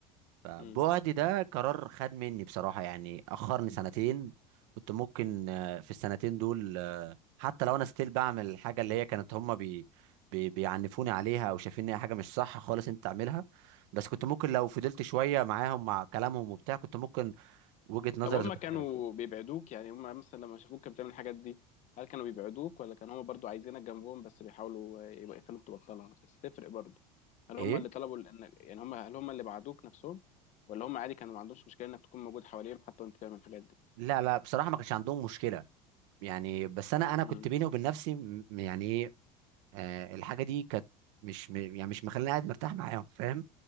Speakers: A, on the right; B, on the left.
A: فبعدي
B: امم
A: ده قرار خد مني بصراحة يعني أخرني سنتين كنت ممكن آه، في السنتين دول آه، حتى لو أنا ستيل بعمل الحاجة اللي هي كانت هما بي بي بيعنفوني عليها أو شايفين إن هي حاجة مش صح خالص أنت تعملها بس كنت ممكن لو فضلت شوية معاهم مع كلامهم وبتاع كنت ممكن وجهة نظري
B: طب هم
A: تتغير
B: كانوا بيبعدوك يعني هم مثلا لما شافوك كانت بتعمل الحاجات دي هل كانوا بيبعدوك ولا كانوا هم برضو عايزينك جنبهم بس بيحاولوا يبقى يخلوك تبطلها بس تفرق برضو هل
A: إيه؟
B: هم اللي طلبوا ان يعني هم هل هم اللي بعدوك نفسهم ولا هم عادي كانوا ما عندهمش مشكله انك تكون موجود حواليهم حتى وانت بتعمل الحاجات دي
A: لا لا بصراحة ما كانش عندهم مشكلة يعني بس أنا أنا كنت
B: امم
A: بيني وبين نفسي م- يعني إيه آه، الحاجة دي كانت مش م- يعني مش مخليني قاعد مرتاح معاهم فاهم؟